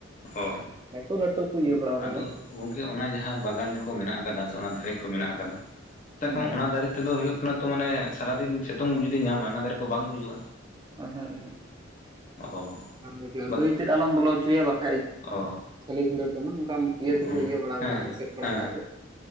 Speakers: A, on the left; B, on the right.
A: ᱦᱚ
B: ᱾ ᱞᱟᱹᱴᱩ ᱞᱟᱹᱴᱩ ᱠᱚ ᱤᱭᱟᱹ ᱵᱟᱲᱟᱣ ᱠᱟᱫᱟ
A: ᱟᱫᱚ
B: ᱾
A: ᱜᱚᱝᱠᱮ ᱚᱱᱟ ᱡᱟᱦᱟᱸ ᱵᱟᱜᱟᱱ ᱠᱚ ᱢᱮᱱᱟᱜ ᱟᱠᱟᱫᱟ ᱥᱮ ᱚᱱᱟ ᱫᱟᱹᱭ ᱠᱚ ᱢᱮᱱᱟᱜ ᱟᱠᱟᱫᱟ ᱾ <inaudible>
B: ᱦᱮᱸ
A: ᱚᱱᱟ ᱫᱟᱨᱮ ᱛᱮᱫᱚ ᱦᱩᱭᱩᱜ ᱠᱟᱱᱟ ᱛᱚ ᱢᱟᱱᱮ ᱥᱟᱨᱟᱫᱤᱱ ᱥᱤᱛᱩᱝ ᱡᱩᱫᱤ ᱧᱟᱢᱟ ᱚᱱᱟ ᱫᱟᱨᱮ ᱠᱚ ᱵᱟᱝ ᱜᱩᱡᱩᱜᱼᱟ?
B: ᱮᱦᱮᱸᱜ ᱮᱦᱮᱸᱜ
A: ᱚ
B: ᱵᱟᱝ ᱵᱩᱡᱩᱜᱼᱟ
A: ᱵᱟ
B: ᱜᱟᱹᱭ ᱛᱮᱫ ᱟᱞᱚᱢ ᱵᱚᱞᱚ ᱦᱚᱪᱚᱣᱟᱭᱟ ᱵᱟᱠᱷᱟᱡᱽ
A: ᱚ
B: ᱾ <unintelligible> ᱡᱷᱟᱹᱞᱤ ᱵᱷᱤᱫᱷᱟᱹᱲ ᱫᱚ ᱵᱟᱝ ᱚᱱᱠᱟᱱ ᱤᱭᱟᱹ ᱛᱮᱠᱚ
A: ᱦᱩᱸ
B: ᱤᱭᱟᱹ ᱵᱟᱲ ᱠᱟᱜᱼᱟ
A: ᱦᱮᱸ ᱦᱮᱸ
B: ᱮᱥᱮᱫ ᱵᱟᱲᱟ
A: ᱦᱮᱸ
B: ᱠᱟᱜᱼᱟ
A: ᱦᱮᱸ
B: ᱠᱚ